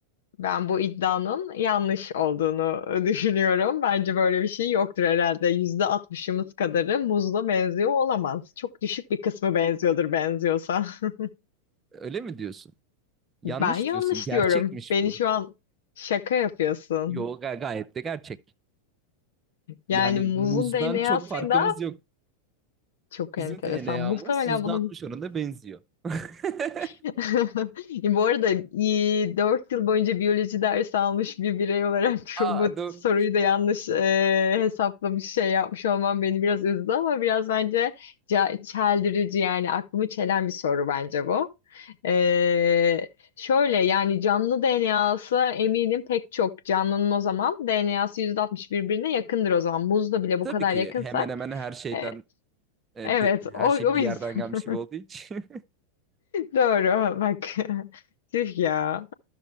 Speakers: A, on the left (about 60°); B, on the right (about 20°).
A: Ben bu iddianın yanlış olduğunu düşünüyorum. Bence böyle bir şey yoktur herhalde. Yüzde altmışımız kadarı muzla benziyor olamaz. Çok düşük bir kısmı benziyordur benziyorsa. <laughs>
B: Öyle mi diyorsun? Yanlış
A: Ben yanlış
B: diyorsun. Gerçekmiş
A: diyorum. Beni
B: bu.
A: şu an şaka yapıyorsun.
B: Yo ga- gayet de gerçek. Yani
A: Yani muzun
B: muzdan
A: DNA'sıyla
B: çok farkımız yok.
A: çok
B: Bizim
A: enteresan.
B: DNA'mız
A: Muhtemelen
B: %60
A: bunun
B: oranında benziyor. <laughs>
A: <laughs> Bu arada e, 4 yıl boyunca biyoloji dersi almış bir birey olarak <laughs> şu,
B: Aa,
A: bu
B: dur.
A: soruyu da yanlış e, hesaplamış şey yapmış olmam beni biraz üzdü ama biraz bence ca- çeldirici yani aklımı çelen bir soru bence bu. E, şöyle yani canlı DNA'sı eminim pek çok canlının o zaman DNA'sı altmış birbirine yakındır o zaman. Muzla bile bu
B: Tabii
A: kadar
B: ki
A: yakınsak
B: hemen hemen her şeyden
A: e,
B: e,
A: evet
B: bir, her
A: o,
B: şey
A: o
B: bir
A: yüzden
B: yerden gelmiş
A: <laughs>
B: gibi olduğu için.
A: doğru bak <laughs> tüh ya.